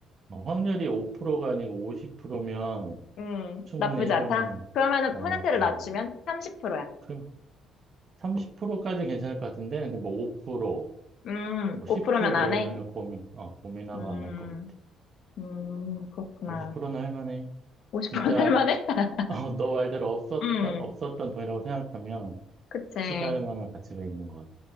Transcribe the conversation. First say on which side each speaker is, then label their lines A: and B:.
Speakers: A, on the right; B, on the left.
A: 어, 확률이 5%가 아니고 50%면
B: 음,
A: 충분히
B: 나쁘지
A: 해볼
B: 않다.
A: 만해.
B: 그러면은
A: 어,
B: 퍼센트를
A: 나쁘지
B: 낮추면
A: 않아.
B: 30%야.
A: 그, 30%까지 괜찮을 것 같은데, 근데 뭐 5%,
B: 음,
A: 뭐
B: 5%면
A: 10%
B: 안
A: 이러면은
B: 해?
A: 고민, 어, 고민하고
B: 음,
A: 안 할 것 같아.
B: 음, 그렇구나.
A: 5 0는할 만해.
B: 50%는
A: 진짜,
B: 할 만해? <laughs>
A: 어, 너 말대로 없었다,
B: 음,
A: 없었던 돈이라고 생각하면
B: 그치.
A: 투자할 만한 가치가 있는 것 같아.